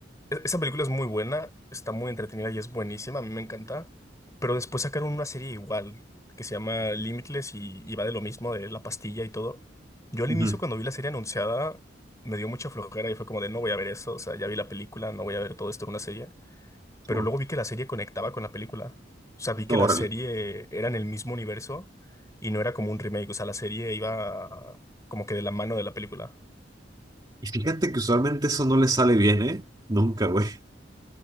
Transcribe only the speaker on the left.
E- Esa película es muy buena, está muy entretenida y es buenísima, a mí me encanta. Pero después sacaron una serie igual, que se llama Limitless y, y va de lo mismo, de la pastilla y todo. Yo al
inicio cuando vi la serie anunciada me dio mucha flojera y fue como de no voy a ver eso, o sea, ya vi la película, no voy a ver todo esto en una serie. Pero
luego vi que la serie conectaba con la película. O sea, vi que
la serie era en el mismo universo y no era como un remake, o sea, la serie iba como que de la mano de la película.